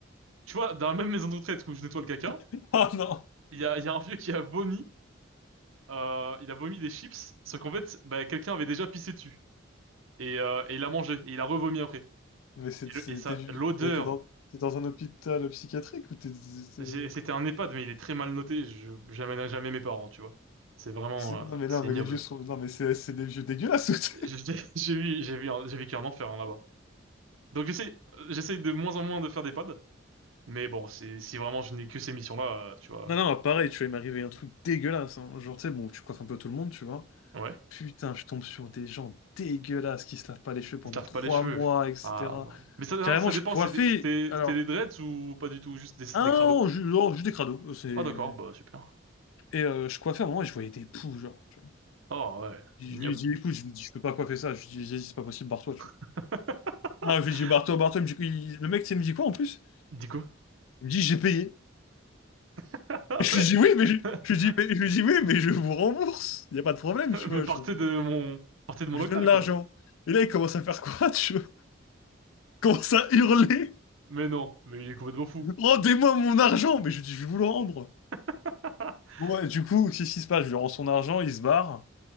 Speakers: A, on the right; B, on the left.
A: tu vois, dans la même maison de retraite où je nettoie le caca,
B: <laughs> Ah non!
A: il y a il y a un vieux qui a vomi, euh, il a vomi des chips, sauf qu'en fait, bah quelqu'un avait déjà pissé dessus et euh, et il a mangé et il a revomi après.
B: Mais c'est-
A: Et,
B: c'est-
A: le- et ça,
B: t'es ju-
A: l'odeur
B: mais t'es dans, t'es dans un hôpital psychiatrique ou t'es... c'est-
A: J'ai- C'était un EHPAD, mais il est très mal noté. Je j'amènerai jamais mes parents, tu vois. C'est vraiment,
B: c'est- Non,
A: euh,
B: mais
A: c'est
B: là, mais
A: ignoble.
B: les vieux sont... Non, mais c'est c'est des vieux dégueulasses. <laughs>
A: J'ai <laughs> j'ai vu, j'ai vu, un- j'ai vécu un enfer hein, là-bas. Donc j'essaye, euh, j'essaye de moins en moins de faire des pads, mais bon, c'est si vraiment je n'ai que ces missions-là, euh, tu vois.
B: Non, non, pareil, tu vois, il m'est arrivé un truc dégueulasse. hein. Genre, tu sais, bon, tu coiffes un peu tout le monde, tu vois.
A: Ouais,
B: Putain, je tombe sur des gens dégueulasses qui se lavent pas les cheveux pendant
A: ils se lavent
B: trois
A: pas les cheveux.
B: mois, etc.
A: Ah, voilà. mais ça, alors,
B: Carrément,
A: ça
B: je
A: dépend.
B: coiffais.
A: c'est des- C'était,
B: Alors,
A: c'était des dreads ou pas du tout, juste des,
B: un
A: des crados.
B: je, oh, juste des crados. euh, C'est...
A: Ah d'accord, bah super.
B: Et euh, je coiffais à un moment et je voyais des poux, genre. tu vois.
A: Oh ouais,
B: Je lui
A: ignoble.
B: ai dit, écoute, je lui ai dit, je peux pas coiffer ça. Je lui ai dit, c'est pas possible, barre-toi, tu vois.
A: <laughs>
B: Ah, je lui ai dit, barre-toi, barre-toi. Il me dit- il- Le mec, tu sais, il me dit quoi en plus?
A: Dis quoi?
B: Il me dit, j'ai payé.
A: <laughs>
B: <laughs>
A: Ah,
B: Et je
A: ouais.
B: lui ai dit, oui, mais je,
A: <laughs>
B: je lui ai dit, mais, je lui ai dit, oui, mais je vous rembourse. Il n'y a pas de problème, tu
A: Mais
B: vois.
A: partez
B: Je vous,
A: de
B: don-
A: mon, partez de mon
B: je
A: local,
B: vous donne l'argent.
A: quoi.
B: Et là, il commence à faire quoi, <laughs> tu vois? Il commence à hurler.
A: Mais non, mais il est complètement fou.
B: Rendez-moi mon argent! Mais je lui dis, je vais vous le rendre.
A: <laughs>
B: Bon, ouais, du coup, qu'est-ce qui se passe? Je lui rends son argent, il se barre.